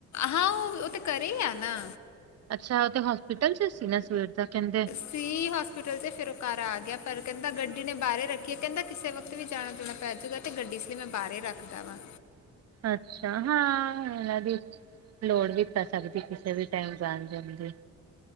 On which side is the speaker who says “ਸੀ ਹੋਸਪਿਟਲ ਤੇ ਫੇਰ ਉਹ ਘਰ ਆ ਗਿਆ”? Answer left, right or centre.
Left